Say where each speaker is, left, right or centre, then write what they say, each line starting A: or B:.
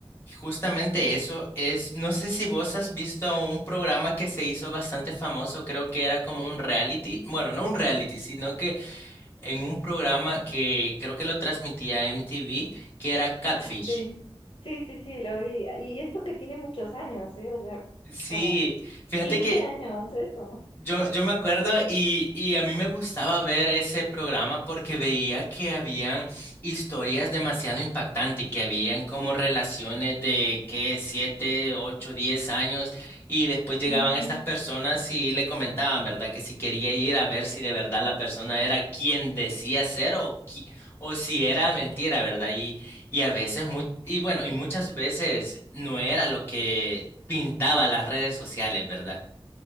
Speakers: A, on the left (about 25°); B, on the left (about 65°).
A: Justamente eso es, no sé si vos has visto un programa que se hizo bastante famoso, creo que era como un reality, bueno, no un reality, sino que en un programa que creo que lo transmitía MTV, que era Catfish.
B: Ah, sí, sí, sí, sí, lo vi. Y esto que tiene muchos años, ¿eh? O sea,
A: Sí,
B: como
A: fíjate
B: 15
A: que
B: años, eso.
A: Yo, yo me acuerdo y, y a mí me gustaba ver ese programa porque veía que habían historias demasiado impactantes, que habían como relaciones de que siete, ocho, diez años y después llegaban
B: Ujú.
A: estas personas y le comentaban, ¿verdad? Que si quería ir a ver si de verdad la persona era quien decía ser o, qui- o si era mentira, ¿verdad? Y, y a veces, mu- y bueno, y muchas veces no era lo que pintaba las redes sociales, ¿verdad?